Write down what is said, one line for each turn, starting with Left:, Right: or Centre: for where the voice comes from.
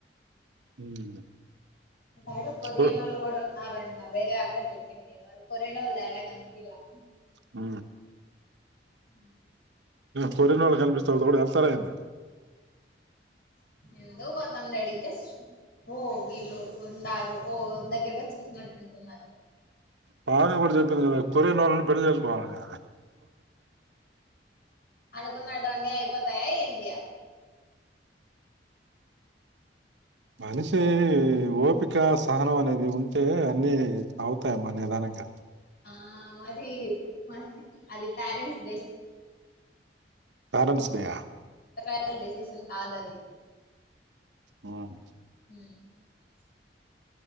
Right: ఉమ్
Left: బాడు కొరియన్
Right: ఓ
Left: వాళ్ళు గుడా న్నారన్న వేరే అక్క చెప్పింది వాళ్ళు కొరియన్నోళ్లు ఏడా కనిపియ లేదు
Right: ఆ
Left: ఉ
Right: కోరియానోళ్లు కనిపిస్తే వాళ్ళతో పాటు కూడా ఎళ్తారా ఏంది
Left: ఎందు వదం రెడి జస్ట్ ఓ వీళ్ళు ఉన్నారు ఓ దగ్గరగా చూసినట్టు అంతేనా
Right: పానే కూడా చెప్పింది కదా కొరియనోళ్ళని పెళ్లి చేసుకోవాలని
Left: అనుకున్నాడ అన్నీ అయిపోతాయా ఏంది
Right: మనిషి ఓపిక సహనం అనేది ఉంటే అన్ని అవుతాయమ్మా నిదానంగా
Left: ఆ మరి మరి అది ప్యారెంట్స్ డే
Right: ప్యరంట్స్ డేయా
Left: ల్ డెసిషన్ కాద్ అది
Right: ఉమ్
Left: హ్మ్